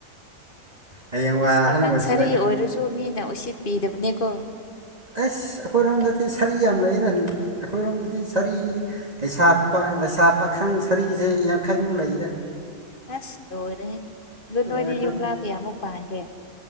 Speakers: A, on the right; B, on the left.
A: ꯍꯌꯦꯡꯋꯥꯏ
B: ꯑꯁ ꯄꯥꯈꯪ
A: ꯑꯍꯜ ꯑꯣꯏꯁꯤꯜꯂꯒ
B: ꯁꯥꯔꯤ ꯑꯣꯏꯔꯥꯁꯨ ꯃꯤꯅꯥ ꯎꯁꯤꯠꯄꯤꯗꯥꯕꯅꯦꯀꯣ
A: ꯑꯦꯁ ꯑꯩꯈꯣꯏꯔꯣꯝꯗꯥꯗꯤ ꯁꯥꯔꯤ ꯌꯥꯝ ꯂꯩꯔꯥꯅꯤ ꯑꯩꯈꯣꯏꯔꯣꯝꯗꯥꯗꯤ ꯁꯥꯔꯤ ꯂꯩꯁꯥ ꯄꯥ ꯂꯩꯁꯥ ꯄꯥꯈ꯭ꯔꯪ ꯁꯔꯤꯁꯦ ꯌꯥꯡꯈꯩꯃꯨꯛ ꯂꯩꯗꯥ
B: ꯑꯁ ꯂꯣꯏꯔꯦꯍꯦ ꯑꯗꯨ
A: ꯑꯗꯨꯅ
B: ꯅꯣꯏꯗꯤ
A: ꯑꯩꯈꯣꯏ
B: ꯌꯨꯝꯂꯥ ꯀꯌꯥꯃꯨꯛ ꯄꯥꯟꯒꯦ